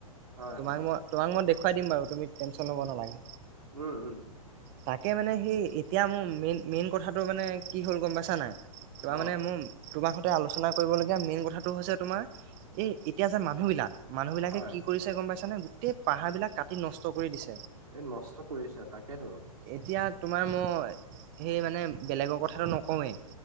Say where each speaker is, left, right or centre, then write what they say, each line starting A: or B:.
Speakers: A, on the right (about 70°); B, on the right (about 30°).
A: হয়,
B: তোমাক
A: হয়,
B: মই তোমাক মই দেখুৱাই দিম বাৰু তুমি টেনশন ল'ব নালাগে।
A: উম উম।
B: তাকে মানে সেই এতিয়া মোৰ মেইন মেইন কথাটো মানে কি হ'ল গম পাইছা নাই। তোমাৰ
A: অ',
B: মানে মোৰ তোমাৰ সৈতে আলোচনা কৰিবলগীয়া মেইন কথাটো হৈছে তোমাৰ এই এতিয়া যে মানুহ বিলাক, মানুহ বিলাকে
A: হয়।
B: কি কৰিছে গম পাইছ নে। সেই পাহাৰ বিলাক কাটি নষ্ট কৰি দিছে।
A: এই নষ্ট কৰিছে তাকেতো।
B: এতিয়া তোমাৰ মই সেই মানে বেলেগৰ কথাটো নকওঁৱেই